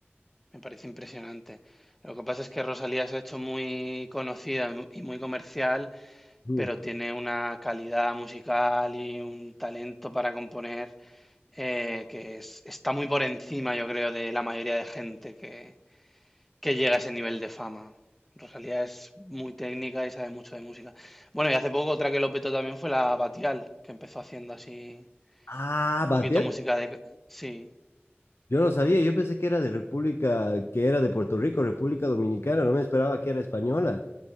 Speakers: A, in the centre; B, on the left.
A: me parece impresionante. Lo que pasa es que Rosalía se ha hecho muy conocida y muy comercial,
B: Mm.
A: pero tiene una calidad musical y un talento para componer eh, que es- está muy por encima, yo creo, de la mayoría de gente que, que llega a ese nivel de fama. Rosalía es muy técnica y sabe mucho de música. Bueno, y hace poco otra que lo petó también fue la Batial, que empezó haciendo así
B: Ah,
A: un poquito
B: batear,
A: música de... Sí,
B: yo no sabía, yo pensé que era de República, que era de Puerto Rico, República Dominicana, no me esperaba que era española.